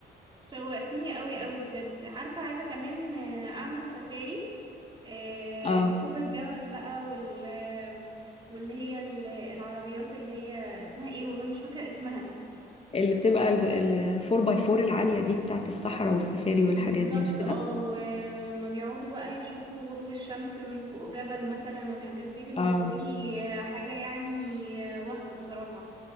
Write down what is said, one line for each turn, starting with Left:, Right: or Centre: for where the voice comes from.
Right: شوقتيني قوي قوي بجد عارفة عايزة كمان آه، أعمل سفاري آه،
Left: اه
Right: ركوب الجمل بقى وال آه، واللي هي ال- العربيات اللي هي اسمها ايه والله مش فاكرة اسمها
Left: اللي بتبقى الفور باي فور العاليه دي بتاعت الصحراء والسفاري والحاجات
Right: بالظبط
Left: دي مش كده
Right: اه وما بيقعدوا بقى يشوفوا غروب الشمس من فوق جبل مثلا والحاجات دي بالنسبة
Left: اه
Right: لي آه، حاجة يعني آه، وهم بصراحة